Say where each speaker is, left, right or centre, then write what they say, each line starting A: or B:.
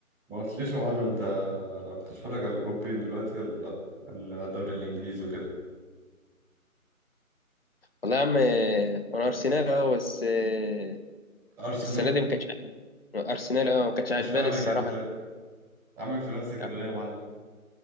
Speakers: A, in the centre; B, on the left.
A: ما قلتليش يا معلم انت بتتفرج على الاوروبيين دلوقتي ولا لا الدوري الانجليزي وكده
B: والله يا عم آه، انا ارسنال اه بس آه،
A: ارسناوي
B: السنه دي ما كانتش عاجباني. ارسنال اه ما كانتش عجباني
A: اشمعنى
B: الصراحه
A: كده طيب عامل في نفسك كده
B: يعني
A: ليه يا معلم